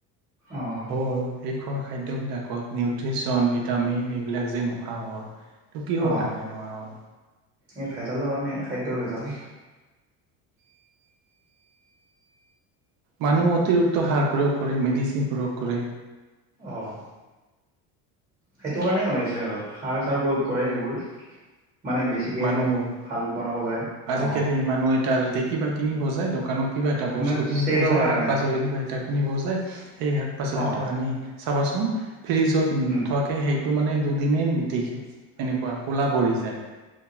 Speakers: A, on the right; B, on the right.
A: অ',
B: হ'ল এই খোৱা খাদ্যবিলাকত নিউট্ৰিচন, ভিটামিন এইবিলাক যে নোহোৱা হ'ল তো কিহৰ
A: অ',
B: কাৰণে নোৱাৰা হল
A: এই ভেজালৰ কাৰণে খাদ্যৰ ভেজাল
B: মানুহ অতিৰক্ত সাৰ প্ৰয়োগ কৰে মেডিচিন প্ৰয়োগ কৰে
A: অহঁ সেইটো কাৰণে হৈ আছে আৰু সাৰ চাৰ প্ৰয়োগ কৰে এইবোৰ মানে বেছিকে
B: মানুহ-
A: ভাল বনাব যায়
B: আজিকালি
A: অ
B: মানুহ এটা যদি কিবা কিনিবজায় দোকানত কিবা এটা বস্তু
A: মানে
B: কিনিবজায়
A: চেলৰ কাৰণে
B: শাক পাচলি কিবা এটা কিনিবজায় সেই শাক পাচলিটো
A: অ
B: আনি চাবাচোন ফ্ৰিজত নোথোৱাকে
A: উম
B: সেই টো মানে দুদিনেই নিটিকে এনেকুৱা ক'লা পৰি যায়